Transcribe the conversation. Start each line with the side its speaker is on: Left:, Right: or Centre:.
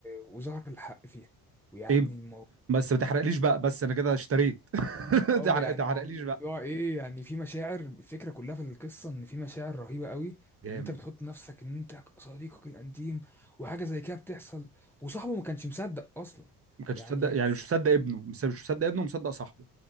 Centre: وظهر الحق فيها ويعني
Right: ايه
Centre: المو...
Right: بس ما تحرقليش بقى بس انا كده اشتريت <laughs>
Centre: اه
Right: تحرق
Centre: يعني
Right: تحرقليش
Centre: هو الموضوع ايه يعني في مشاعر الفكره كلها في القصه ان في مشاعر رهيبه قوي
Right: جامد
Centre: ان انت بتحط نفسك ان انت صديقك الانتيم وحاجه زي كده بتحصل وصاحبه ما كانش مصدق اصلا
Right: ما كانش
Centre: يعني
Right: مصدق
Centre: بس
Right: يعني مش مصدق ابنه مش مش مصدق ابنه مصدق صاحبه